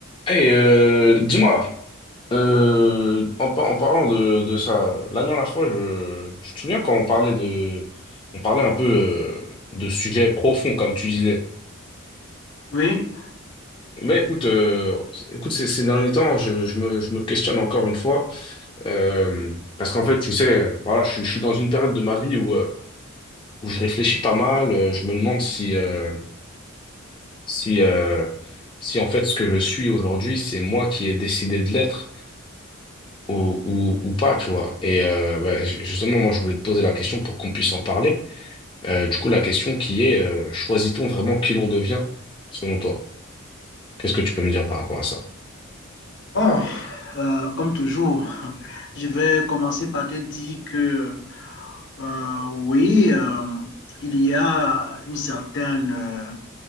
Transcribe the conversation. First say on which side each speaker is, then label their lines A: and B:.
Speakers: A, on the left (about 25°); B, on the left (about 60°).
A: Hey, euh, dis-moi, euh, en, par- en parlant de, de ça, la dernière fois, je, je te souviens quand on parlait de, on parlait un peu euh, de sujets profonds, comme tu disais.
B: Oui,
A: Ben écoute, euh, écoute, ces, ces derniers temps, je, je me, je me questionne encore une fois, euh, parce qu'en fait, tu sais, voilà, je, suis- je suis dans une période de ma vie où, euh, où je réfléchis pas mal, euh, je me demande si, euh, si, euh, si en fait, ce que je suis aujourd'hui, c'est moi qui ai décidé de l'être ou, ou, ou pas, tu vois. Et euh, bah, ju- justement, moi, je voulais te poser la question pour qu'on puisse en parler. Euh, du coup, la question qui est, euh, choisit-on vraiment qui l'on devient, selon toi? Qu'est-ce que tu peux me dire par rapport à ça?
B: bon, euh, comme toujours, je vais commencer par te dire que euh, oui, euh, il y a une certaine, euh,